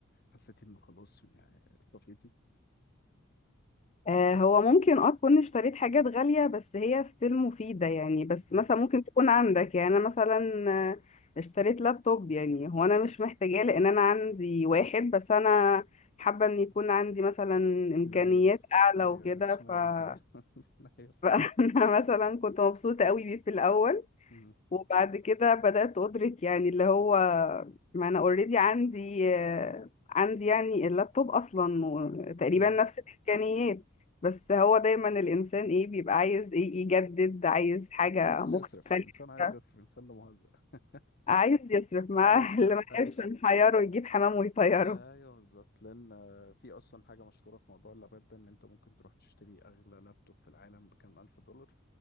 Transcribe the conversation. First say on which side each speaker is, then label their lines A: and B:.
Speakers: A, on the left; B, on the left.
A: حسيتي إنه خلاص يعني طفيتي
B: آه، هو ممكن اه تكون اشتريت حاجات غالية بس هي ستيل مفيدة يعني بس
A: امم
B: مثلا ممكن تكون عندك يعني انا مثلا آه، اشتريت لابتوب يعني هو انا مش محتاجاه لان انا عندي واحد بس انا حابة ان يكون عندي مثلا امكانيات
A: لا باين
B: اعلى
A: أيوه
B: وكده
A: اشمعنى
B: ف...
A: أيوه
B: <laughs>
A: <laughs> أيوه
B: فانا مثلا كنت مبسوطة قوي بيه في الاول
A: أمم.
B: وبعد كده بدأت أدرك يعني اللي هو ما أنا اوريدي عندي آه، عندي يعني اللابتوب أصلا تقريبا
A: أمم.
B: نفس الإمكانيات بس هو دايما الإنسان إيه بيبقى عايز إيه يجدد عايز حاجة
A: عايز
B: مختلفة
A: يصرف إنسان عايز يصرف إنسان لا مهزأ <laughs>
B: عايز يصرف مع
A: حوش
B: <laughs> اللي
A: لا
B: ما
A: أيوه
B: يحبش نحيره يجيب حمام ويطيره
A: ايوه بالظبط لان في اصلا حاجه مشهوره في موضوع اللابات ده ان انت ممكن تروح تشتري اغلى لابتوب في العالم بكام الف دولار